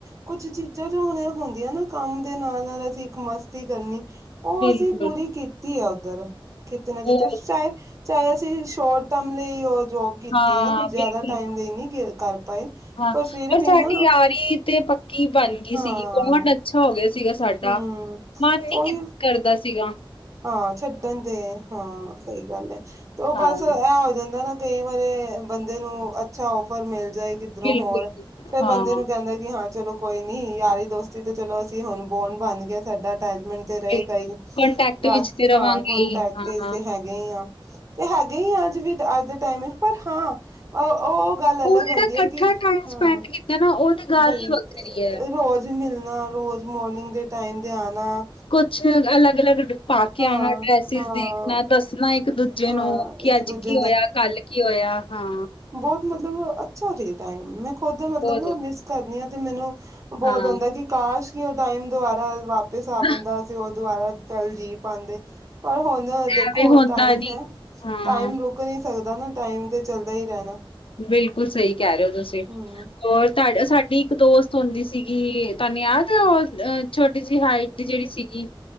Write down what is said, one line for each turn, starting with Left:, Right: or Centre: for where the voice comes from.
Right: ਕੁਛ ਚੀਜ਼ਾਂ ਜੋ ਹੁਣ ਐ ਹੁੰਦੀਆਂ ਨਾ ਕੰਮ ਦੇ ਨਾਲ-ਨਾਲ ਅਸੀਂ ਇੱਕ ਮਸਤੀ ਕਰਨੀ ਉਹ
Left: ਬਿਲਕੁਲ
Right: ਅਸੀਂ ਪੂਰੀ ਕੀਤੀ ਆ ਉੱਧਰ ਕਿਤੇ ਨਾ ਕਿਤੇ
Left: ਬਹੁਤ
Right: ਸ਼ਾਇ ਚਾਹੇ ਅਸੀਂ ਸ਼ੋਰਟ ਟਰਮ ਲਈ ਉਹ ਜੋਬ ਕੀਤੀ
Left: ਹਾਂ
Right: ਹੈ ਕੁਝ ਜ਼ਿਆਦਾ
Left: ਬਿਲਕੁਲ
Right: ਟਾਈਮ ਲਈ ਨਹੀਂ ਗ ਕਰ ਪਾਏ
Left: ਹਾਂ
Right: ਫਿਰ
Left: ਪਰ
Right: ਵੀ
Left: ਸਾਡੀ
Right: ਨਾ
Left: ਯਾਰੀ ਤੇ ਪੱਕੀ ਬਣ ਗਈ
Right: ਹਾਂ
Left: ਸੀਗੀ ਬੌਂਡ ਅੱਛਾ ਹੋ ਗਿਆ ਸੀਗਾ ਸਾਡਾ
Right: ਹਮ
Left: ਮਨ ਨੀ
Right: ਉਹੀ
Left: ਕਰਦਾ ਸੀਗਾ
Right: ਹਾਂ ਛੱਡਣ ਦੇ ਹਾਂ ਸਹੀ ਗੱਲ ਏ ਤੇ ਉਹ
Left: ਹਾਂ
Right: ਬਸ ਇਹ ਹੋ ਜਾਂਦਾ ਨਾ ਕਈ ਵਾਰੇ ਬੰਦੇ ਨੂੰ ਅੱਛਾ ਔਫਰ ਮਿਲ ਜਾਏ ਕਿੱਧਰੋਂ
Left: ਬਿਲਕੁਲ
Right: ਹੋਰ ਫੇਰ
Left: ਹਾਂ
Right: ਬੰਦੇ ਨੂੰ ਕਹਿੰਦਾ ਕਿ ਹਾਂ ਚਲੋ ਕੋਈ ਨੀ ਯਾਰੀ ਦੋਸਤੀ ਤੇ ਚਲੋ ਅਸੀਂ ਹੁਣ ਬੌਂਡ ਬਣ ਗਿਆ ਸਾਡਾ ਅਟੈਚਮੈਂਟ ਤੇ ਰਹੇਗਾ
Left: ਬਿਲ
Right: ਇ
Left: ਕੰਟੈਕਟ
Right: ਰਸ
Left: ਵਿੱਚ ਤੇ
Right: ਹਾਂ
Left: ਰਵਾਂਗੇ
Right: ਕੋਂਨਟੈਕਟ
Left: ਹੀ ਹਾਂ,
Right: ਇਸ ਤੇ ਹੈਗੇ ਹੀ ਆ ਤੇ ਹੈਗੇ ਹੀ ਆ ਅੱਜ ਵੀ ਅੱਜ ਦੇ ਟਾਈਮ ਵਿੱਚ ਪਰ ਹਾਂ ਉਹ ਗੱਲ ਅਲੱਗ
Left: ਉਹ ਜਿਹੜਾ
Right: ਹੁੰਦੀ ਹੈ
Left: ਇਕੱਠਾ
Right: ਕਿ
Left: ਟਾਈਮ
Right: ਹਾਂ
Left: ਸਪੈਂਡ ਕੀਤਾ ਨਾ ਉਹਦੀ ਗੱਲ
Right: ਬਈ
Left: ਹੀ ਵੱਖਰੀ ਹੈ।
Right: ਰੋਜ਼ ਮਿਲਣਾ ਰੋਜ਼ ਮੋਰਨਿੰਗ ਦੇ ਟਾਈਮ ਤੇ ਆਣਾ
Left: ਅੱਛ ਅਲੱਗ-ਅਲੱਗ ਪਾ ਕੇ
Right: ਹਾਂ
Left: ਆਣਾ ਡਰੈਸਿਸ
Right: ਹਾਂ
Left: ਦੇਖਣਾ ਦੱਸਣਾ ਇੱਕ ਦੂਜੇ
Right: ਹਾਂ
Left: ਨੂੰ ਕਿ
Right: ਇੱਕ
Left: ਅੱਜ
Right: ਦੂਜੇ
Left: ਕੀ ਹੋਇਆ ਕੱਲ ਕੀ ਹੋਇਆ ਹਾਂ
Right: ਬੋਤ ਮਤਲਬ ਅੱਛਾ ਸੀ ਟਾਈਮ ਮੈਂ ਖੁਦ
Left: ਬਹੁਤ
Right: ਮਤਲਬ ਮਿਸ ਕਰਦੀ ਆ ਤੇ ਮੈਨੂੰ ਬੋਤ
Left: ਹਾਂ
Right: ਹੁੰਦਾ ਕਿ ਕਾਸ਼ ਕੀ ਉਹ ਟਾਈਮ ਦੁਬਾਰਾ ਵਾਪਿਸ ਆ
Left: ਹਮ,
Right: ਪੈਂਦਾ ਸੀ ਉਹ ਦੁਬਾਰਾ ਪਲ ਜੀ ਪਾਉਂਦੇ ਪਰ ਹੁਣ ਦੇਖੋ
Left: ਐਵੇਂ ਹੁੰਦਾ
Right: ਟਾਈਮ
Left: ਨੀ
Right: ਏ
Left: ਹਾਂ
Right: ਟਾਈਮ ਰੁਕ ਰੁਕ ਨਹੀਂ ਸਕਦਾ ਨਾ ਟਾਈਮ ਤੇ ਚੱਲਦਾ ਹੀ ਰਹਿਣਾ
Left: ਬਿਲਕੁਲ ਸਹੀ ਕਹਿ ਰਹੇ ਹੋ ਤੁਸੀਂ
Right: ਹਮ
Left: ਹੋਰ ਤ ਸਾਡੀ ਇੱਕ ਦੋਸਤ ਹੁੰਦੀ ਸੀਗੀ ਤਾਨੂੰ ਯਾਦ ਐ ਔਰ ਛੋਟੀ ਜਿਹੀ ਹਾਈਟ ਦੀ ਜਿਹੜੀ ਸੀਗੀ